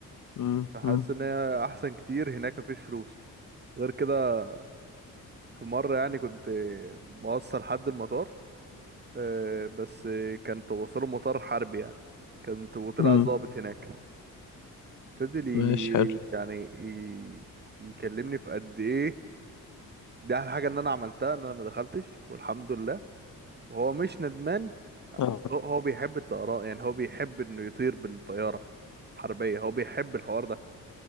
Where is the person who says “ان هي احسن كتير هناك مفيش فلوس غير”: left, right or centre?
Right